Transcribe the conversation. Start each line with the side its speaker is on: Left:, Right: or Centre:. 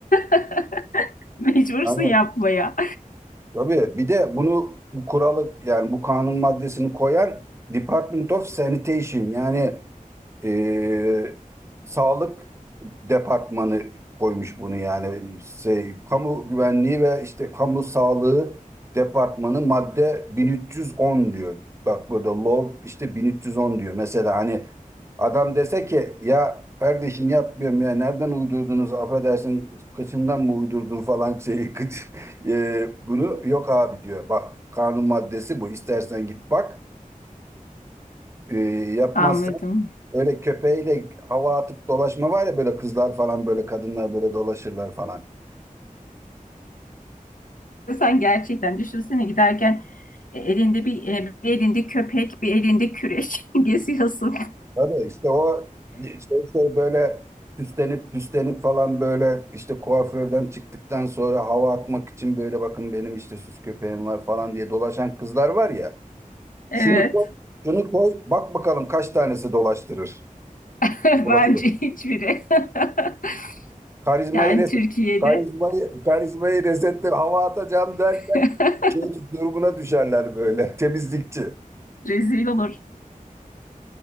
Left: <laughs> Mecbursun
Right: Hani
Left: yapmaya.
Right: Tabii bir de bunu bu kuralı yani bu kanun maddesini koyan Department of Sanitation yani e, Sağlık Departmanı koymuş bunu yani şey, Kamu Güvenliği ve işte Kamu Sağlığı Departmanı madde 1310 diyor. Bak burada law işte 1310 diyor. Mesela hani adam dese ki ya kardeşim yapmıyorum ya nereden uydurdunuz affedersin kıçından mı uydurdun falan şeyi <laughs> kıç. Ee, bunu yok abi diyor. Bak kanun maddesi bu. İstersen git bak. Ee, yapmazsan
Left: Anladım.
Right: öyle köpeğiyle hava atıp dolaşma var ya böyle kızlar falan böyle kadınlar böyle dolaşırlar falan.
Left: Sen gerçekten düşünsene giderken e, elinde bir, e, bir elinde köpek, bir elinde küreç <laughs> geziyorsun.
Right: Tabii işte o şey, şey böyle süslenip püslenip falan böyle işte kuaförden çıktıktan sonra hava atmak için böyle bakın benim işte süs köpeğim var falan diye dolaşan kızlar var ya.
Left: Evet.
Right: Şunu koy, şunu koy bak bakalım kaç tanesi dolaştırır.
Left: <laughs>
Right: Dolaşır.
Left: Bence hiçbiri. <laughs>
Right: Karizmayı
Left: Yani
Right: reset,
Left: Türkiye'de
Right: karizmayı, karizmayı resetle hava atacağım derken
Left: <laughs>
Right: şey durumuna düşerler böyle. <laughs> Temizlikçi.
Left: rezil olur.